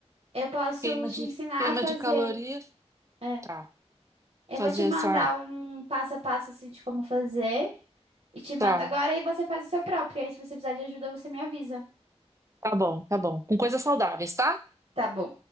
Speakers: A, on the right; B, on the right.
A: Eu posso
B: Queima
A: te
B: de,
A: ensinar
B: queima
A: a fazer.
B: de calorias.
A: É.
B: Tá,
A: Eu
B: fazer
A: vou te mandar
B: essa.
A: um passo a passo assim de como fazer. E te mando
B: Tá,
A: agora e você faz o seu próprio. Aí, se você precisar de ajuda, você me avisa.
B: tá bom, tá bom. Com coisas saudáveis, tá?
A: Tá bom.